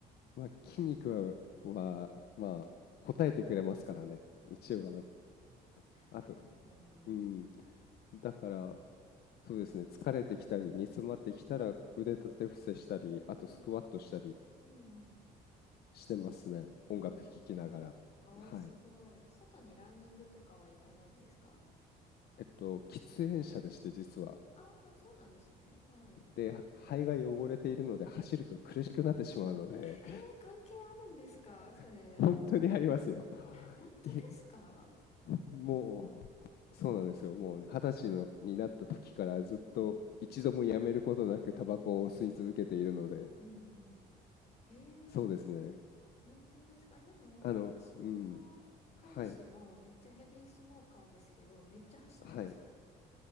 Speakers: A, on the left; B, on the left.
A: まあ筋肉は、はまあ、答えてくれますからね。一番。あと、
B: 確かに。
A: うん。だから、そうですね。疲れてきたり、煮詰まってきたら腕立て伏せしたり、
B: うん、うん、
A: あとスクワットしたり
B: うん、うん、うん。
A: してますね。
B: ええ
A: 音楽聴きながら。
B: おーすごい。
A: はい。
B: 外にランニングとかは行かないんですか
A: えっと、喫煙者でして、実は。
B: ああー、そうなんですね。はい。
A: で、肺が汚れているので走ると苦しくなってしまうので、
B: えー関係あるんですかそれ。
A: <laughs> 本当にありますよ。
B: 本当ですか
A: いえもう、そうなんですよ。もう二十歳のになった時からずっと一度もやめることなくタバコを吸い続けているので、
B: うん、うん、うん、うん。えー
A: そうですね。
B: 本当ですかえ、でも、
A: あの、
B: 私の彼氏もめっちゃヘビースモーカーですけど、
A: うん。はい。
B: めっちゃ走ってますよ。
A: はい。